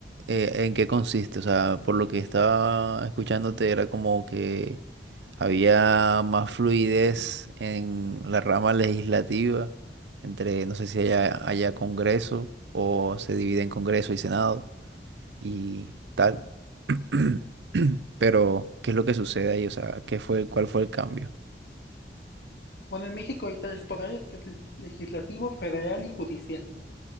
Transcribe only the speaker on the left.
Bueno, en México hay tres poderes, que es el legislativo, federal y judicial.